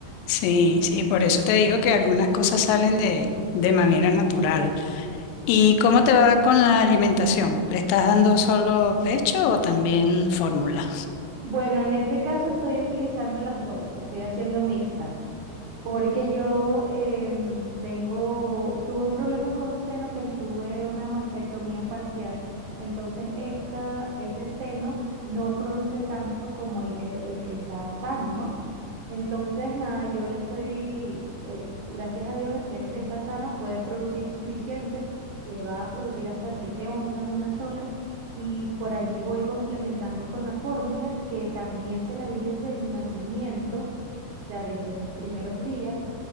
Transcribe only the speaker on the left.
Sí, sí, por eso te digo que algunas cosas salen de, de manera natural. ¿Y cómo te va con la alimentación? ¿Le estás dando solo pecho o también fórmula?